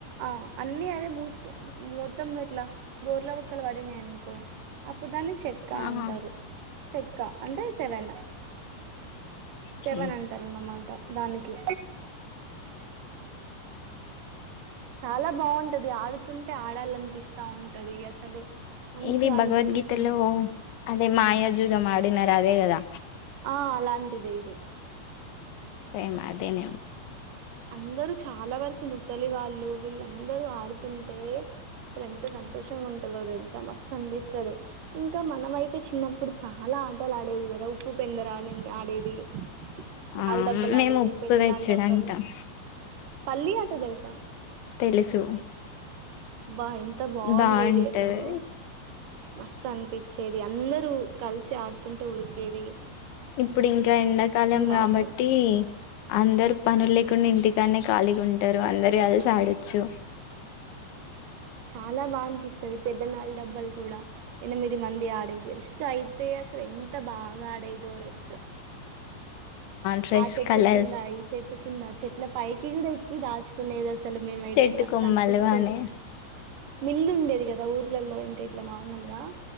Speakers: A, on the right; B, on the left.
A: ఆ అన్నీ అదే మూసుకో మ మొత్తము ఇట్లా బోర్లో బోక్కల పడి ననుకో ఇప్పుడ్ దాన్ని చెక్క
B: ఆహా
A: అంటారు చెక్క అంటే సెవెన్
B: ఓకే
A: సెవన్ అంటారున్నమాట దానికి చాలా బాగుంటది ఆడుతుంటే ఆడాలనిపిస్తా ఉంటది అసలు మంచిగా
B: ఇది
A: అనిపిస్తుంటే
B: భగవద్గీతలో అదే మాయా జూదమఅడిన అదే కదా
A: ఆ అలాంటిది ఇది
B: సేమ్ అదేనే ఉ
A: అందరు చాలా వరకి ముసలి వాళ్ళు వీళ్ళందరూ ఆడుతుంటే అసలు ఎంత సంతోషంగా ఉంటందో తెలుసా మస్తు అనిపిస్తుంది ఇంకా మనం అయితే చిన్నప్పుడు చాలా ఆ బట్టలు ఆడేది కదా ఉప్పు పెందరాని ఆడేది నాలు
B: ఆ
A: డబ్బలు
B: మేము
A: ఆడేది
B: ఉప్పు
A: పెద్ద
B: తెచ్చడు
A: నాలు డబ్బలు
B: అంటాం
A: పల్లి అ అంట తెలుసా
B: తెలుసు
A: వాహ ఎంత్ అంత బాగుండేది
B: బాగుంటది
A: అసలో మస్త్ అనిపించేది అందరూ కలిసి ఆడుతుంటే ఉఊరికి ఎది
B: ఇప్పుడు ఇంకా ఎండాకాలం
A: కాదు
B: కాబట్టి అందరు పనులు లేకుండా ఇంటికి దాన్న ఖాళీగా ఉంటారు అందరు కలిసి ఆడొచ్చు
A: చాలా బా అనిపిస్తుది పెద్దనాళ్ళ డబ్బలు కూడా ఎనిమిది మంది ఆడేది రెస్సు అయితే అసలు ఎంత బాగా ఆడేదిోఓ రెస్
B: డ్రెస్
A: ఆ చెట్టు
B: కలర్స్
A: కింద ఈ చెట్టు కింద చెట్టు ఇట్లా పైకి కూడా ఎక్కి దాచుకునేది అసలు మేమయితే
B: చెట్టు
A: మస్తు
B: కొమ్మలు
A: అనిపించేది
B: అని
A: మిల్లు ఉండేది కదా ఊర్లలో ఇంకై ఇ నార్మల్ గా